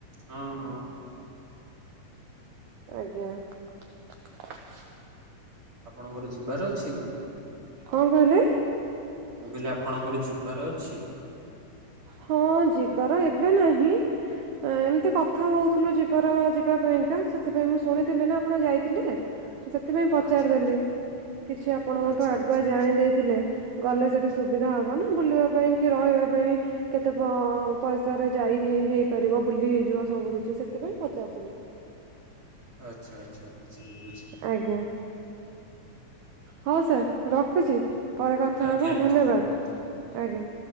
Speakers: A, on the right; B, on the right.
A: ହଁ ହଁ
B: <inaudible> ଆଜ୍ଞା। <inaudible>
A: ଆପଣଙ୍କର ଯିବାର ଅଛି କି?
B: କଣ କହିଲେ
A: <inaudible> ମୁଁ କହିଲି ଆପଣଙ୍କର ଯିବାର ଅଛି।
B: ହଁ ଯିବାର ଏବେ ନାହିଁ। ଏମିତି କଥା ହଉଥିଲୁ ଯିବାର ଯିବା ପାଇଁକା ସେଥିପାଇଁ ମୁଁ ଶୁଣିଥିଲି ନା ଆପଣ ଯାଇଥିଲେ ସେଥିପାଇଁ ପଚାରିଦେଲି
A: ଆଚ୍ଛା
B: କିଛି ଆପଣଙ୍କଠୁ
A: ଆଚ୍ଛା
B: ଆଗୁଆ
A: ଆଚ୍ଛା ଆଚ୍ଛା
B: ଜାଣି ଦେଇେଇଥିଲେ ଗଲେ ସେଠି ସୁବିଧା ହବ। ଗଲୁ ବୁଲିବା ପାଇଁ କି ରହିବା। ପାଇଁ କେତେ ପଇସାରେ ଯାଇ ହେଇପାରିବ ବୁଲି ହେଇଯିବ ସବୁ କିଛି ସେଥିପାଇଁ ପଚାରୁଥିଲି।
A: ଆଚ୍ଛା ଆଚ୍ଛା। ଆଚ୍ଛା। <inaudible>
B: ଆଜ୍ଞା ହଉ ସାର୍ ରଖୁଛି। ପରେ କଥା
A: ଆଜ୍ଞା
B: ହବା
A: ଆଜ୍ଞା
B: ଧନ୍ୟବାଦ
A: ମ୍ୟାଡ଼ାମ
B: ଆଜ୍ଞା।